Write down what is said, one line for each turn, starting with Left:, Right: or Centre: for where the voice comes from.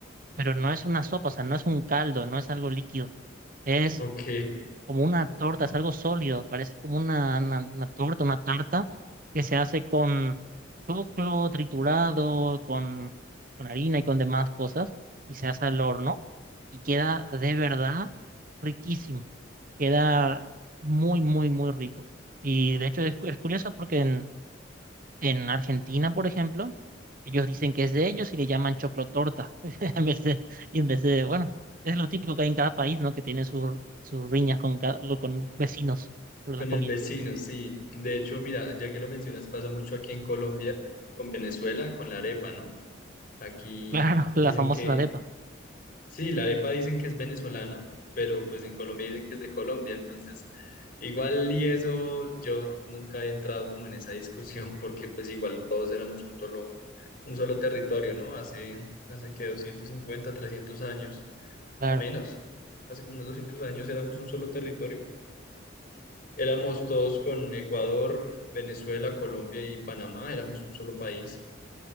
Right: pero no es una sopa, o sea, no es un caldo, no es algo líquido, es
Left: ok,
Right: como una torta, es algo sólido, parece como una, una, una torta, una tarta que se hace con choclo triturado, con, con harina y con demás cosas, y se hace al horno y queda de verdad riquísimo queda muy, muy, muy rico. Y de hecho es, cu- es curioso porque en, en Argentina, por ejemplo, ellos dicen que es de ellos y le llaman choclotorta. <laughs> En vez de, en vez de, bueno, es lo típico que hay en cada país, ¿no? Que tiene sus, sus riñas con, ca- lo- con vecinos por las
Left: con
Right: comidas.
Left: el vecino, sí. De hecho, mira, ya que lo mencionas, pasa mucho aquí en Colombia, con Venezuela, con la arepa, ¿no? Aquí
Right: Claro, <laughs> las
Left: dicen
Right: famosas
Left: que
Right: arepas,
Left: Sí, la arepa dicen que es venezolana, pero pues en Colombia dicen que es de Colombia, entonces igual y eso yo nunca he entrado como en esa discusión <laughs> porque pues igual todos éramos un solo, un solo territorio, ¿no? Hace, hace que 250, 300 años,
Right: claro.
Left: o menos, hace como unos 200 años éramos un solo territorio. Éramos todos con Ecuador, Venezuela, Colombia y Panamá, éramos un solo país.